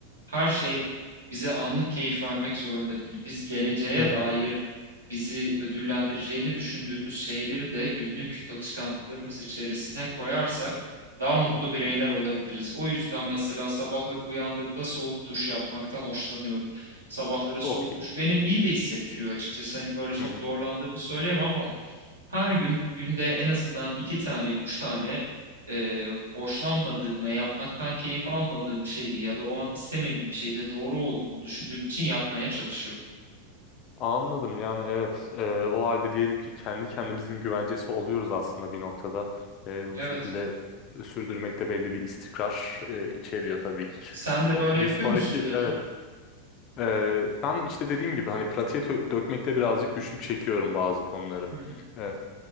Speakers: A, on the right; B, on the left.
A: her şey bize anlık keyif vermek zorunda değil. Biz geleceğe
B: Hı
A: dair
B: hı.
A: bizi ödüllendireceğini düşündüğümüz şeyleri de günlük alışkanlıklarımız içerisine koyarsak daha mutlu
B: Hı.
A: bireyler olabiliriz. O yüzden mesela sabahları uyandığımda soğuk duş yapmaktan hoşlanıyorum. Sabahları soğuk
B: Çok iyi.
A: duş beni iyi de hissettiriyor açıkçası. Hani böyle çok
B: Hı hı.
A: zorlandığımı söyleyemem ama her gün günde en azından iki tane, üç tane e, hoşlanmadığım ve yapmaktan keyif almadığım şeyi ya da o an istemediğim şeyde doğru olduğunu düşündüğüm için yapmaya çalışıyorum.
B: Anladım yani evet E, o halde diyelim ki kendi kendimizin güvencesi oluyoruz aslında bir noktada. E, bu
A: Evet.
B: şekilde sürdürmekte belli bir istikrar e, içeriyor tabii ki.
A: Sen de böyle
B: Bir
A: yapıyor
B: sonraki
A: musun
B: evet
A: peki?
B: Ee, ben işte dediğim gibi hani pratiğe tö- dökmekte birazcık güçlük çekiyorum bazı konuları.
A: Hı hı.
B: Ee,